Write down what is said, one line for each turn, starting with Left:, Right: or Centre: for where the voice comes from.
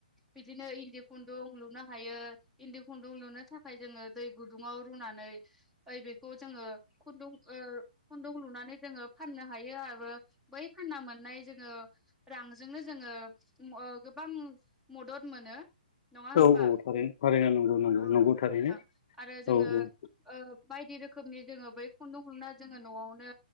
Centre: बिदिनो इन्दि खुन्दुं लुनो हायो इन्दि खुन्दुुं लुनो थाखाय जोङो दै गुदुंआव रुनानै बेखौ जोङो खुुन्दुं ओ खुन्दुं लुनानै जोङो फान नो हायो आरो बै फानना मोननाय जोङो रांजोंनो जोङो ओ गोबां मदद मोनो नङा
Left: औ
Centre: होमबा
Left: औ थारैनो थारैनो नंगौ नंगौ
Centre: औ
Left: नंगौ थारैनो
Centre: नोंथां। आरो जोङो
Left: औ औ
Centre: ओ बायदि रोखोमनि जोङो बे खुन्दुं लुना जोङो न'आवनो